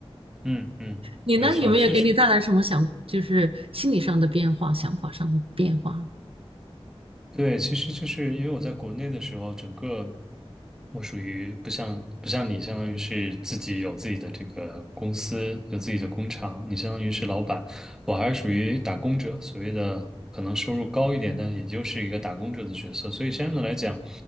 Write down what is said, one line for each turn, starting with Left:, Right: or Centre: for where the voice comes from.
Centre: 嗯嗯，
Right: 你呢，
Centre: 没错，
Right: 有没有给你带来什么想，
Centre: 确实。
Right: 就是心理上的变化、想法上的变化？
Centre: 对，其实就是因为我在国内的时候，整个我属于不像不像你，相当于是自己有自己的这个公司，有自己的工厂，你相当于是老板，我还是属于打工者，所谓的可能收入高一点，但也就是一个打工者的角色。所以相应的来讲，